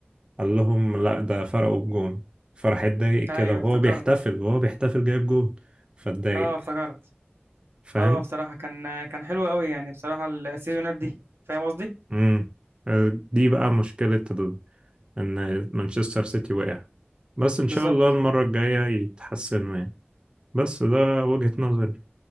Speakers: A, on the right (about 25°); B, on the right (about 80°).
A: قال لهم لا ده فرقوا بجون فراح اتضايق
B: ايوه
A: كده وهو
B: افتكرت
A: بيحتفل وهو بيحتفل جايب جون فاتضايق
B: اه افتكرت
A: فاهم
B: اه بصراحة كان كان حلو قوي يعني بصراحة السيزونات دي فاهم قصدي
A: امم دي بقى مشكلة ال- ان مانشستر سيتي وقع بس ان
B: بالظبط
A: شاء الله المرة الجاية يتحسنوا يعني بس ده وجهة نظري